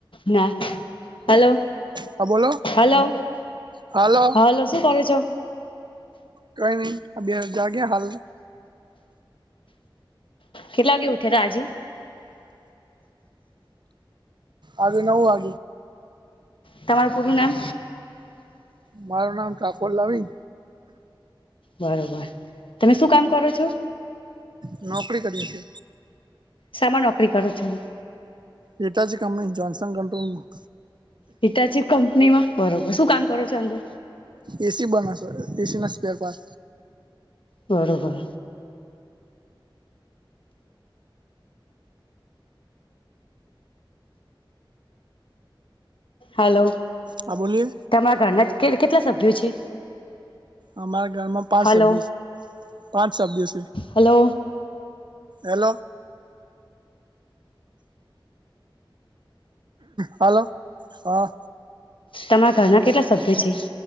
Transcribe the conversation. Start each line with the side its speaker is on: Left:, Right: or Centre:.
Left: ના હલો
Right: હા બોલો
Left: હલો
Right: હાલો
Left: હલો શું કરે છો
Right: કોઈ નઈ અ બે જાગ હાલ
Left: કેટલા વાગે ઉઠ્યા હતા આજી
Right: આજ નવ આ
Left: તમાર પરુ નામ
Right: મારું નામ ઠાકોર લમી
Left: બરોબર તમે શું કામ કરો છો?
Right: નોકરી કરીએ છે.
Left: સામા નોકરી કરું છુંહું.
Right: હેતાજ કંપની જનસંગ કંટ્રોલમા
Left: હિતા ચ કમ પત્નીમાં બરોબર શું કામ કરો છો અંદે
Right: એ સી બનાશો એ સી ના સ્ર પણ
Left: ગરોબર હલો
Right: હા બોલીએ
Left: તમા ઘણ જ કે કેટલા સભ્યો છે.
Right: અમારા ઘરમાં પાંચ
Left: હલો
Right: સભ પાંચ સભ સે
Left: હલો
Right: એ લો હલો હા
Left: તમારા ઘરના કેટલા સભ્યો છે.